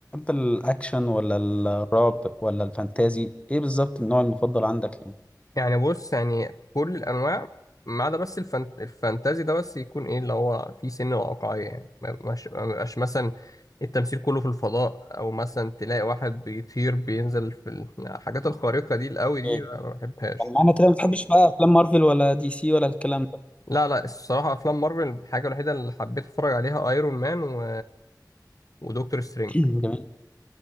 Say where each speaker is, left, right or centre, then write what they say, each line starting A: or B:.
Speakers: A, on the left; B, on the left.
A: الأكشن ولا الرعب ولا الفانتازي إيه بالظبط النوع المفضل عندك يعني
B: يعني بص يعني كل الانواع ما عدا بس الفانت... الفانتازي ده بس يكون ايه اللي هو فيه سن واقعيه يعني ما يبقاش ما يبقاش مثلا التمثيل كله في الفضاء او مثلا تلاقي واحد بيطير بينزل في ال- الحاجات الخارقه دي القوي دي
A: إيه،
B: ما ما بحبهاش
A: يعني معنى كده ما بتحبش بقى افلام مارفل ولا دي سي ولا الكلام ده
B: لا لا الصراحة أفلام مارفل الحاجة الوحيدة اللي حبيت أتفرج عليها أيرون مان و... ودكتور سترينج
A: <clears throat> جميل